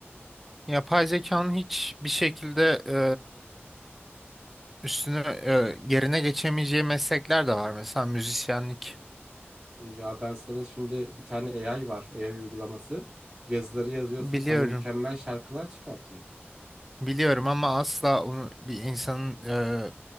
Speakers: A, in the centre; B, on the right.
A: Yapay zekanın hiç bir şekilde e, üstüne e, yerine geçemeyeceği meslekler de var. Mesela müzisyenlik.
B: Ya ben sana şimdi bir tane AI var, AI uygulaması. Yazıları yazıyorsun,
A: Biliyorum.
B: sana mükemmel şarkılar çıkartıyor.
A: Biliyorum ama asla onu bir insanın e,